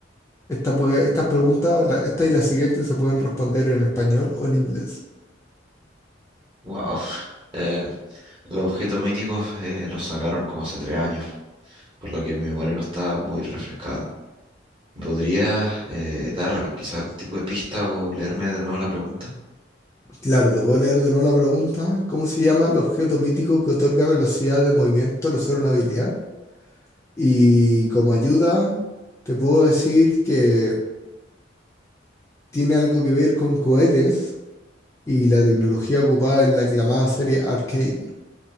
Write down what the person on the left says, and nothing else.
Esta puede- estas preguntas, la- esta y la siguiente se pueden responder en español o en inglés.
Claro, te puedo leer de nuevo la pregunta. ¿Cómo se llama el objeto mítico que otorga velocidad de movimiento al usar una habilidad? Y como ayuda, te puedo decir que tiene algo que ver con cohetes y la tecnología ocupada en la aclamada serie Arcane.